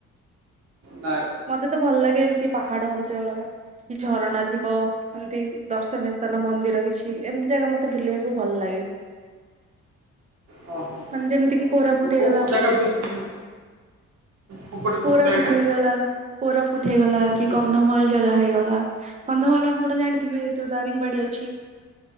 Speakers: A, on the right; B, on the right.
A: ନା
B: ମତେ ତ ଭଲ ଲାଗେ ଏମିତି ପାହାଡ ଅଞ୍ଚଳ କି ଝରଣା ଥିବ। ଏମିତି ଦର୍ଶନୀୟ ସ୍ଥାନ। ମନ୍ଦିର କିଛି ଏମିତି ଜାଗା ମତେ ବୁଲିବାକୁ ଭଲ ଲାଗେ।
A: ଓହୋ।
B: ମାନେ ଯେମିତିକି କୋରାପୁଟ ଟ
A: କୋଉ
B: ହେଇଗଲା
A: କୋଉ
B: ଆମର
A: ଜାଗା ବୁଲୁଛନ୍ତି କୁପଟେ କୁପଟେ
B: ପୁରାପୁଟ
A: ଆଜ୍ଞା
B: ହେଇଗଲା। କୋରାପୁଟ ହେଇଗଲା
A: ହୁଁ
B: କି କନ୍ଧମାଳ
A: ହୁଁ।
B: ଜାଗା ହେଇଗଲା। କନ୍ଧମାଳ ଆମ୍ବ ତ ଜାଣିଥିବେ ଯୋଉ ଦାରିଙ୍ଗବାଡି ଅଛି।